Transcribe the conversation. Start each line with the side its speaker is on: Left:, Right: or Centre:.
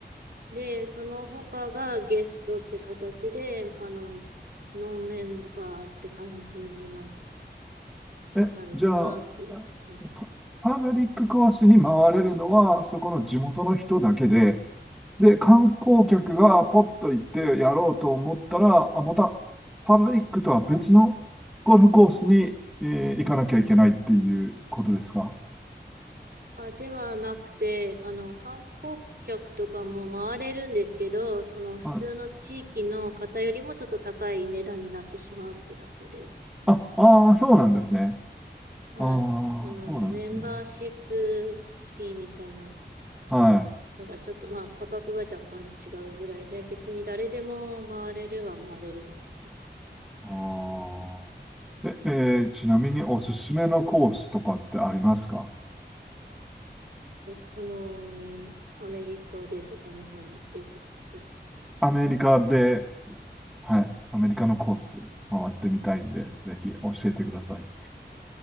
Right: で、その他がゲストって形で、あの、ノンメンバーって感じにな、
Centre: え、
Right: なるかなっていう。
Centre: じゃあ、パ、パブリックコースに回れるのは、そこの地元の人だけで、で、観光客がポッと行ってやろうと思ったら、あ、また、パブリックとは別のゴルフコースに、えー行かなきゃいけないっていうことですか
Right: あ、ではなくて、あの、観光客とかも回れるんですけど、その普通の地域の方よりもちょっと高い値段になってしまうってだけで、
Centre: はい。あ、ああ、そうなんですね。
Right: はい。
Centre: ああ、
Right: あの、
Centre: そうなんですね。
Right: メンバーシップフィーみたいな
Centre: はい。
Right: のがちょっとまあ価格が若干違うぐらいで、別に誰でも回れるは回れるんですけど
Centre: ああ。え、えーちなみにおすすめのコースとかってありますか
Right: ね、でそのに、アメリカでとか日本でとか、
Centre: アメリカではい。アメリカのコース回ってみたいんで、ぜひ教えてください。